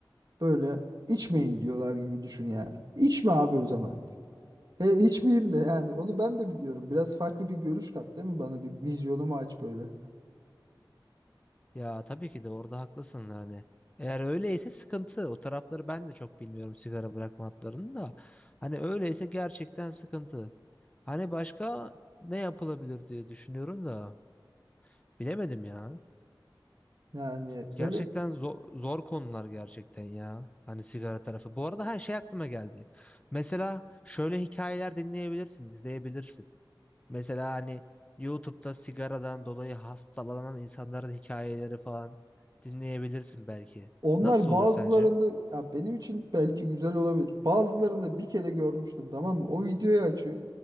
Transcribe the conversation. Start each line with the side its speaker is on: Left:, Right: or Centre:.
Right: Böyle içmeyin diyorlar gibi düşün yani. İçme abi o zaman. E içmeyeyim de yani onu ben de biliyorum. Biraz farklı bir görüş kat değil mi bana? Bir vizyonumu aç böyle.
Left: Ya tabii ki de orada haklısın yani. Eğer öyleyse sıkıntı. O tarafları ben de çok bilmiyorum sigara bırakma hatlarını da. Hani öyleyse gerçekten sıkıntı. Hani başka ne yapılabilir diye düşünüyorum da bilemedim ya.
Right: Yani
Left: Gerçekten
Right: böyle
Left: zor, zor konular gerçekten ya. Hani sigara tarafı. Bu arada her şey aklıma geldi. Mesela şöyle hikayeler dinleyebilirsin, izleyebilirsin. Mesela hani YouTube'da sigaradan dolayı hastalanan insanların hikayeleri falan dinleyebilirsin belki.
Right: Onlar
Left: Nasıl olur
Right: bazılarında
Left: sence?
Right: ya benim için belki güzel olabilir. Bazılarında bir kere görmüştüm tamam mı? O videoyu açıyor.